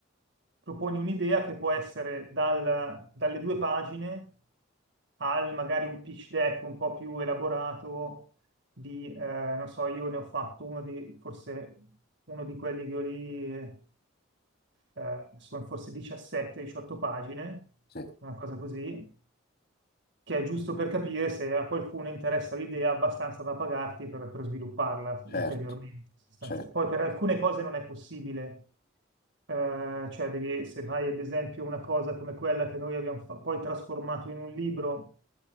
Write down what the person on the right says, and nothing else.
proponi un'idea che può essere dal- dalle due pagine al magari un pitch deck un po' più elaborato di, eh, non so, io ne ho fatto uno di, forse uno di quelli che ho lì, eh, eh, sono forse 17-18 pagine,
una cosa così, che è giusto per capire se a qualcuno interessa l'idea abbastanza da pagarti per, per svilupparla
ulteriormente. sostanzialmente.
Poi per alcune cose non è possibile eh, cioè, devi, se fai ad esempio una cosa come quella che noi abbiamo fa- poi trasformato in un libro,